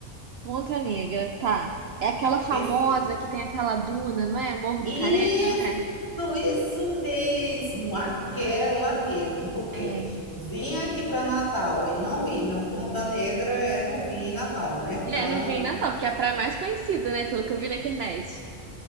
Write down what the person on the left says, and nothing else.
Perfeito.
Isso,
isso mesmo, aquela
mesmo, porque
vim aqui para Natal e não ir, não, Ponta Negra é não vim em Natal, né? Então,